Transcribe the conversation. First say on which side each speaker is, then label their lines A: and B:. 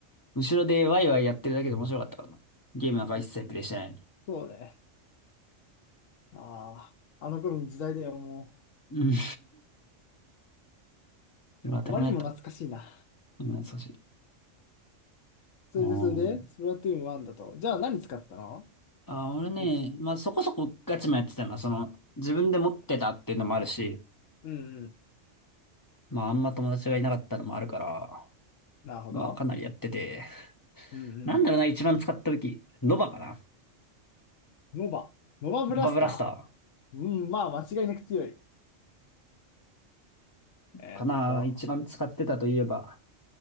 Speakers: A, on the left (about 15°); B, on the left (about 80°).
A: 後ろでワイワイやってるだけで面白かったからな。ゲームなんか一切プレイしてないのに。
B: うんそうね。ああ、あの頃の時代だよ、も
A: うん。でも当たり前だった。
B: う。あまりにも懐かしいな。
A: 今優しい。
B: それで、
A: あー
B: それで、スプラトゥーン1だと。じゃあ何使ったの
A: あ俺ね、
B: 武器。
A: まあそこそこガチもやってたのは、その、自分で持ってたっていうのもあるし、
B: うんうん。
A: まああんま友達がいなかったのもあるから、
B: なるほど。
A: まあ、かなりやってて。
B: うんうん。
A: なんだろうな、一番使った時。ノバかな
B: ノバ。ノバブラスタ
A: ノバブラスター
B: ー。うん、まあ間違いなく強い。えーっと、
A: かな一番使ってたといえば、